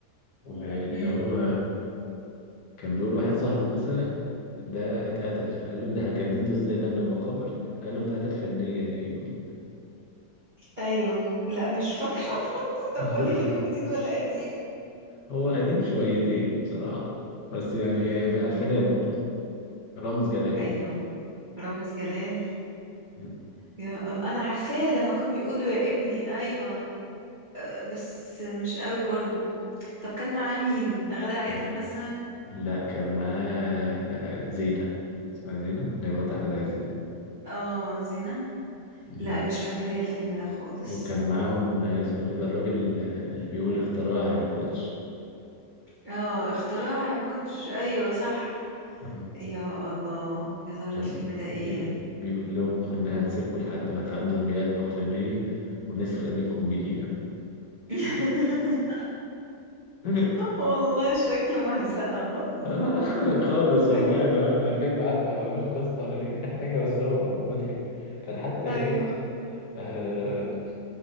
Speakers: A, on the left; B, on the right.
A: واللي
B: ده
A: هو كان بيقول واحد صاحبه مثلا ده اتقتل فقال له ده هنجدده ازاي ده من المقابر قال له اتقتل فنيا يا ابني
B: ايوه لا مش فاكره <laughs> برضه طب
A: <laughs>
B: قولي فيلم جديد ولا قديم
A: هو قديم شويتين بصراحة بس يعني
B: امم
A: من الألفينات برضه رامز جلال
B: ايوه رامز جلال
A: مم.
B: يا الله انا عارفاه لما كان بيقول له يا ابني ايوه بس مش قوي برضه طب كان معاه مين غادة عادل
A: آه،
B: مثلا
A: لا كان معاه زينة اسمها زينة اللي هي مرات أحمد عز دي
B: اه زينة
A: مم.
B: لا مش فاكراه الفيلم ده خالص
A: وكان معاهم آه، اسمه إيه ده الراجل آه، اللي بيقول اختراع يا كوتش
B: اه اختراع كوتش ايوه صح
A: مم.
B: يا الله يا ترى
A: كان
B: الفيلم ده ايه
A: بيقول بيقول لهم كنا هنسيبكم لحد ما تعدوا المياه الإقليمية ونسرق منكم بليلة
B: <laughs>
A: <laughs>
B: والله شكله مهزقة خالص
A: آه، <laughs> خالص والله
B: ايوه
A: ده ده فيلم عارف ما ملوش قصة ولا ليه أي حاجة بس هو مضحك كان حتى
B: ايوه
A: إيه آه